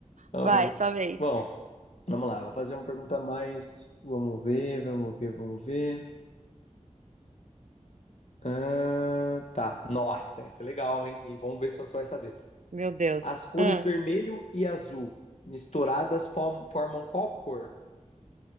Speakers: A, on the left; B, on the right.
A: Então,
B: vai, sua vez.
A: bom, vamos lá. Vou fazer uma pergunta mais. Vamos ver, vamos ver, vamos ver. Ah, tá. Nossa, essa é legal, hein? E vamos ver se você vai saber.
B: Meu Deus.
A: As cores
B: Hum.
A: vermelho e azul misturadas form- formam qual cor?